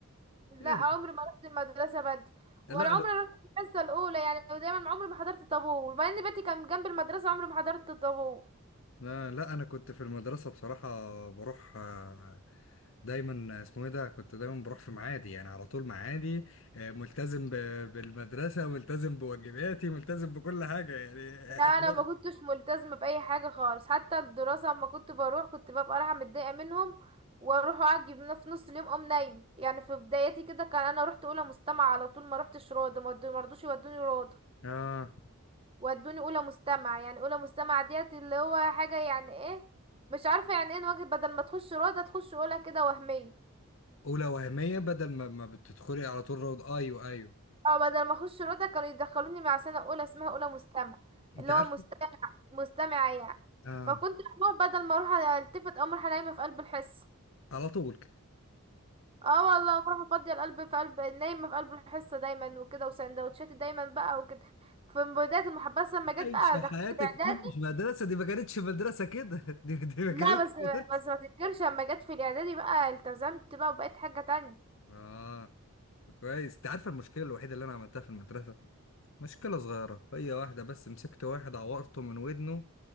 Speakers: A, on the right; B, on the left.
A: لا
B: ايه
A: عمري
B: ده
A: ما رحت المدرسه بدري ولا
B: لا
A: عمري رحت الحصه الاولى يعني ودايما عمري ما حضرت طابور مع ان بيتي كان جنب المدرسه عمري ما حضرت الطابور
B: لا لا انا كنت في المدرسه بصراحه بروح آه، دايما اسمه ايه ده كنت دايما بروح في معادي يعني على طول معادي آه، ملتزم ب- بالمدرسه ملتزم بواجباتي ملتزم بكل حاجه يعني <laughs>
A: لا انا
B: آه، طلعت-
A: ما كنتش ملتزمه باي حاجه خالص حتى الدراسه اما كنت بروح كنت ببقى رايحه متضايقه منهم واروح اعجب في نص اليوم اقوم نايم يعني في بدايتي كده كان انا رحت اولى مستمع على طول ما رحتش روضه ما ودو- ما رضوش يودوني روضه
B: اه
A: ودوني اولى مستمع يعني اولى مستمع ديت اللي هو حاجه يعني ايه مش عارفه يعني ايه نواجه بدل ما تخش روضه تخش اولى كده وهميه
B: اولى وهميه بدل ما ما بتدخلي على طول روض ايوه ايوه
A: اه بدل ما اخش روضه كانوا يدخلوني مع سنه اولى اسمها اولى مستمع
B: انت
A: اللي
B: عارف
A: هو مستمع مستمعة يعني
B: اه
A: فكنت بروح بدل ما اروح التفت او اروح نايمة في قلب الحصة
B: على طول كده
A: اه والله بروح افضي القلب في قلب نايمة في قلب الحصة دايما وكده وسندوتشاتي دايما بقى وكده في بداية المحبسة لما جت
B: عايشة
A: بقى دخلت
B: حياتك
A: الاعدادي
B: دي مش مدرسة دي ما كانتش مدرسة كده <laughs> دي, دي ما
A: لا
B: كانتش
A: بس
B: مدرسة
A: بس ما تنكرش لما جت في الاعدادي بقى التزمت بقى وبقيت حاجة تانية
B: اه كويس انت عارف المشكله الوحيده اللي انا عملتها في المدرسه مشكلة صغيرة هي واحدة بس مسكت واحد عورته من ودنه